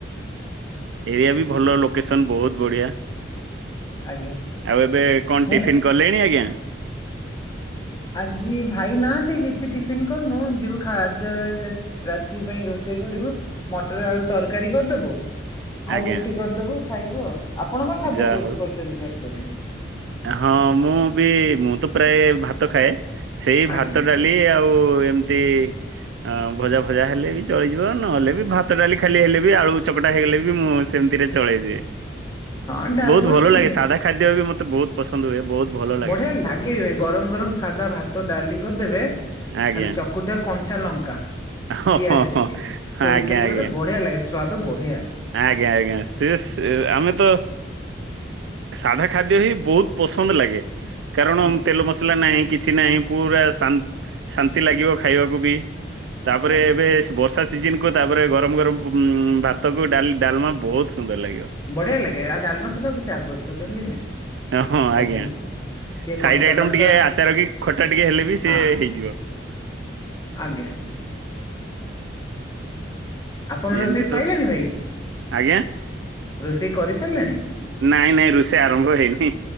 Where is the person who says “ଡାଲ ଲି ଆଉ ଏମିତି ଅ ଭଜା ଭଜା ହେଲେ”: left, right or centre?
Right